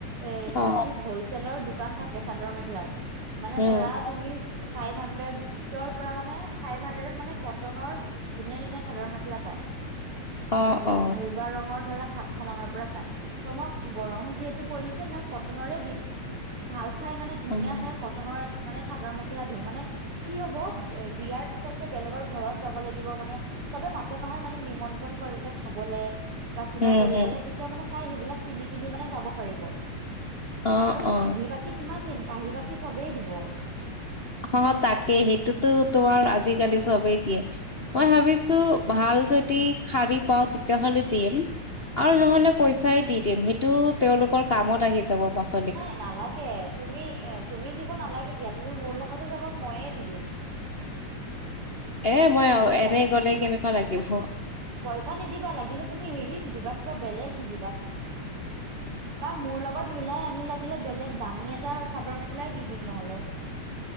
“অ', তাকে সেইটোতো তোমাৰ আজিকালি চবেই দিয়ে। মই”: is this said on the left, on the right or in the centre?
Left